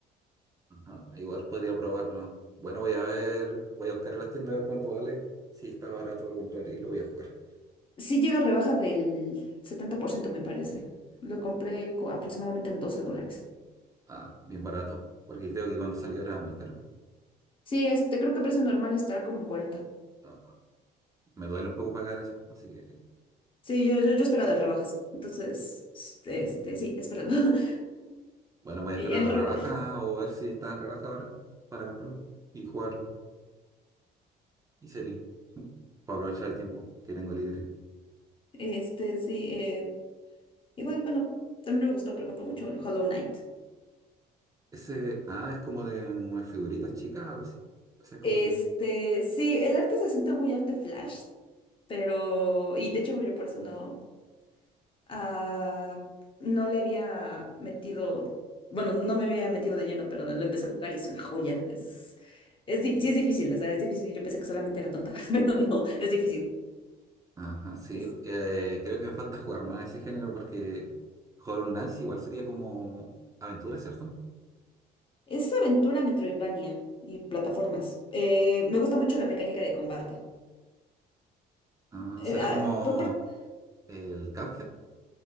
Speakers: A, on the right; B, on the left.
A: Ajá, igual podría probarlo. Bueno, voy a ver, voy a buscar en las tiendas a ver cuánto vale. Si está barato, lo compraré y lo voy a jugar.
B: Sí llega a rebaja del 70% me parece. Lo compré co- aproximadamente en 12 dólares.
A: Ah, bien barato, porque creo que cuando salió era muy caro.
B: Sí, este, creo que precio normal estará como en 40.
A: Ah, me duele un poco pagar eso, así que
B: Sí, yo, yo, yo esperaba de rebajas. Entonces, este, sí, he esperado. <laughs>
A: bueno, voy a
B: Y
A: esperar
B: en
A: la
B: re-
A: rebaja o ver si está en rebaja ahora para comprarlo y jugarlo. Y sería para aprovechar el tiempo que tengo libre.
B: este, sí, eh, Igual, bueno, también me gustó, por ejemplo, mucho el Hollow Knight.
A: Ese, ah, es como de unas figuritas chicas, algo así. O sea, es como
B: Este, sí, el arte se siente muy arte flash, pero, y de hecho yo por eso no, ah, no le había metido, bueno, no me había metido de lleno, pero lo empecé a jugar y es una joya. Es, es, di- sí es difícil, o sea, es difícil. Yo pensé que solamente era tonta, <laughs> pero no, es difícil.
A: Ajá, sí.
B: Es,
A: eh, creo que me falta jugar más ese género porque Hollow Knight igual sería como aventura, ¿cierto?
B: es aventura Metroidvania y plataformas. Eh, me gusta mucho la mecánica de combate.
A: Ah,
B: Eh,
A: será
B: ah,
A: como
B: por parte
A: el Cuphead